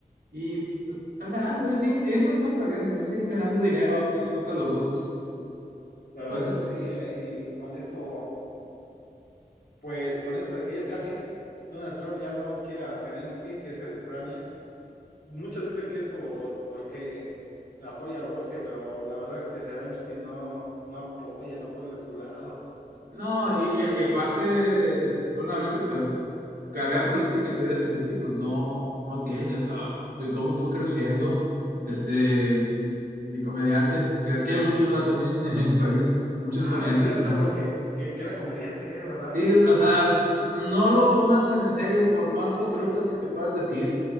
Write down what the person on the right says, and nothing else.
y pues, están ganando, ellos, siguen- ellos no están perdiendo, ellos siguen ganando dinero a final de cuentas los rusos.
Pues,
No, y, y- y aparte, desafortunadamente, o sea, carrera política que tuviera Zelensky, pues no, no tiene, o sea, de cómo fue creciendo, este, de comediante que aquí hay muchos, va, también <laughs> en el país, hay muchos
comediantes,
<laughs>
sí, o sea, no lo toman tan en serio por más patriotas que te puedas decir